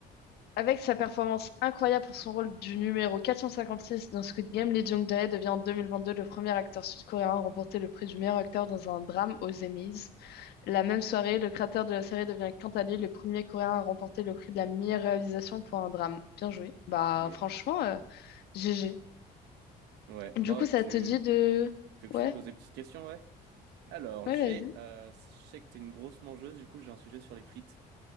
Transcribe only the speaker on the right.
Il est.
Ouais.
Bah,
tu,
tu veux que
je te pose des petites questions, ouais? Alors,
j'ai,
euh, je sais que t'es une grosse mangeuse, du coup, j'ai un sujet sur les frites.